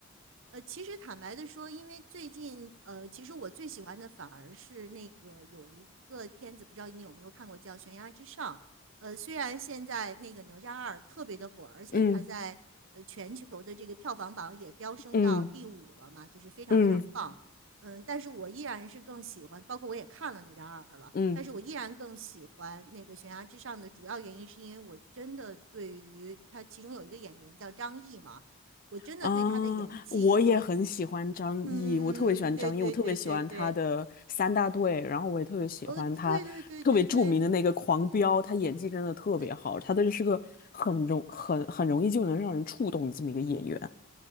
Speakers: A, on the right (about 55°); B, on the left (about 40°).
A: 呃，其实坦白的说，因为最近，呃，其实我最喜欢的反而是那个有一个片子，不知道你有没有看过，叫《悬崖之上》。呃，虽然现在那个《哪吒二》特别的火，而且它在呃全球的这个票房榜也飙升到第五了嘛，
B: 嗯嗯
A: 就是非常非常棒。
B: 嗯
A: 嗯，但是我依然是更喜欢，包括我也看了《哪吒二》了，
B: 嗯。
A: 但是我依然更喜欢那个《悬崖之上》的主要原因，是因为我真的对于它其中有一个演员叫张译嘛。我真的对他的演技就，
B: 啊，我也很喜欢张译，
A: 嗯，
B: 我特别喜欢张译，
A: 对对对对对，
B: 我特别喜欢他的三大队，然后我也特别喜欢他特别著名的那个狂飙，
A: 哦，对对对对对，
B: 他演技真的特别好，
A: 呃，
B: 他真的是个很容很很容易就能让人触动的这么一个演员。